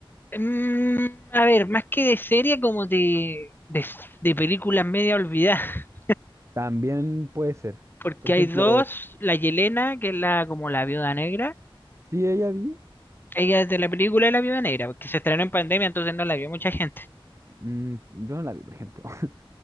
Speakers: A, on the left (about 20°); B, on the right (about 30°).
A: Mm, a ver, más que de serie, como de, de, de películas media olvidadas. <laughs>
B: También puede ser.
A: Porque
B: Por ejemplo,
A: hay dos, la Yelena, que es la como la viuda negra.
B: sí, ella vi.
A: Ella es de la película de la viuda negra, porque se estrenó en pandemia, entonces no la vio mucha gente.
B: Mm, yo no la vi, por ejemplo. <laughs>